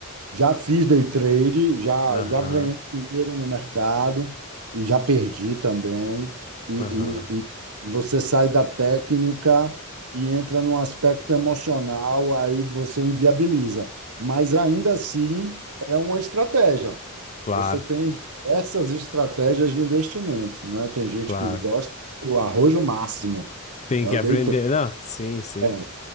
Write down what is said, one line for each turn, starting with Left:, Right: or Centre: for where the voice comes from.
Right: Já fiz day trade, já,
Left: Aham.
Right: já ganhei dinheiro no mercado e já perdi também. E,
Left: Aham.
Right: e, e você sai da técnica e entra num aspecto emocional, aí você inviabiliza. Mas ainda assim é uma estratégia.
Left: Claro,
Right: Você tem diversas estratégias de investimentos, né? Tem gente
Left: claro.
Right: que gosta do arrojo máximo,
Left: Tem
Right: é
Left: que
Right: o
Left: aprender.
Right: day trade.
Left: Não, sim, sim.
Right: é,